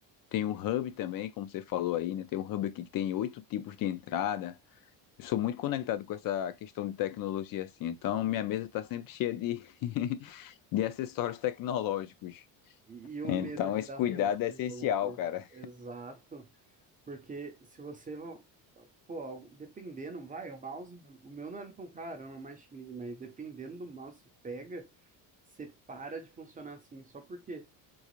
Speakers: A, on the left; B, on the right.
A: tem um hub também, como você falou aí, né? Tem um hub aqui que tem oito tipos de entrada. Eu sou muito conectado com essa questão de tecnologia assim, então minha mesa está sempre cheia de, <laughs> de acessórios tecnológicos.
B: E, e o
A: Então
B: medo de
A: esse
B: dar
A: cuidado
B: ruim se
A: é
B: derrubar
A: essencial,
B: alguma coisa.
A: cara.
B: Exato. Porque se você, pô, algo- dependendo, vai, o mouse, o meu não era tão caro, era um mais chininho, mas dependendo do mouse que você pega, você para de funcionar assim, só porque